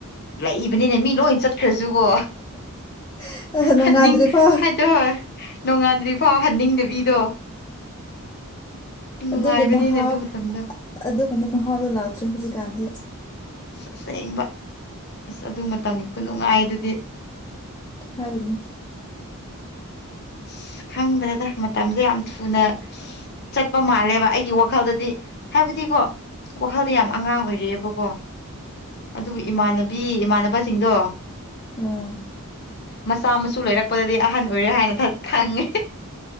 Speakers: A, on the left; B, on the left.
A: ꯂꯩꯕꯅꯤꯅꯦ ꯃꯤ ꯂꯣꯏ ꯆꯠꯈ꯭ꯔꯁꯨꯀꯣ
B: ꯑꯗꯣ ꯅꯣꯡꯉꯥꯟꯗ꯭ꯔꯤꯐꯥꯎ
A: ꯍꯟꯅꯤꯡ ꯍꯥꯏ ꯅꯣꯡꯉꯥꯟꯗ꯭ꯔꯤ ꯐꯥꯎ ꯍꯟꯅꯤꯡꯗꯕꯤꯗꯣ
B: ꯑꯗꯨꯒꯤ
A: ꯅꯨꯡꯉꯥꯏꯕꯅꯤꯅꯦ
B: ꯃꯍꯥꯎ
A: ꯑꯗꯨ ꯃꯇꯝꯗꯣ
B: ꯑꯗꯨꯒꯨꯝꯕ ꯃꯍꯥꯎꯗꯣ ꯂꯥꯛꯇ꯭ꯔꯦ ꯍꯧꯖꯤꯛꯀꯥꯟꯗꯤ
A: ꯑꯁ ꯑꯁꯦꯡꯕ ꯑꯁ ꯑꯗꯨ ꯃꯇꯝꯒꯤ ꯈꯨꯅꯨꯡꯉꯥꯏ ꯗꯨꯗꯤ
B: ꯍꯥꯏꯔꯨꯅꯨ
A: ꯑꯁ ꯈꯪꯗ꯭ꯔꯦꯗ ꯃꯇꯝꯖꯦꯌꯥꯝ ꯊꯨꯅ ꯆꯠꯄ ꯃꯥꯜꯂꯦꯕ ꯑꯩꯒꯤ ꯋꯥꯈꯜꯗꯗꯤ ꯍꯥꯏꯕꯗꯤꯀꯣ ꯋꯥꯈꯜꯗꯤ ꯌꯥꯝ ꯑꯉꯥꯡ ꯑꯣꯏꯔꯤꯑꯦꯕꯀꯣ ꯑꯗꯨꯕꯨ ꯏꯃꯥꯟꯅꯕꯤ ꯏꯃꯥꯟꯅꯕꯁꯤꯡꯗꯣ
B: ꯑꯥ
A: ꯃꯆꯥ ꯃꯁꯨ ꯂꯩꯔꯛꯄꯗꯗꯤ ꯑꯍꯟ ꯑꯣꯏꯔꯦ ꯍꯥꯏꯅ ꯈꯪꯉꯦ